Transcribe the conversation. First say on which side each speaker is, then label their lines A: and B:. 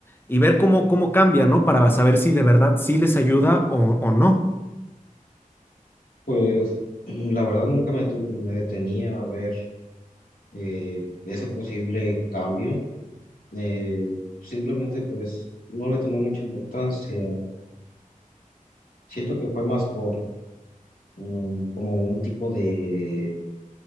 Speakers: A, on the left (about 15°); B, on the left (about 80°).
A: y ver cómo, cómo cambia, ¿no? Para saber si de verdad sí les ayuda o, o no.
B: Pues la verdad nunca me, tu- me detenía a ver eh, ese posible cambio Eh, simplemente pues no le tomé mucha importancia. Siento que fue más por mm, como un tipo de,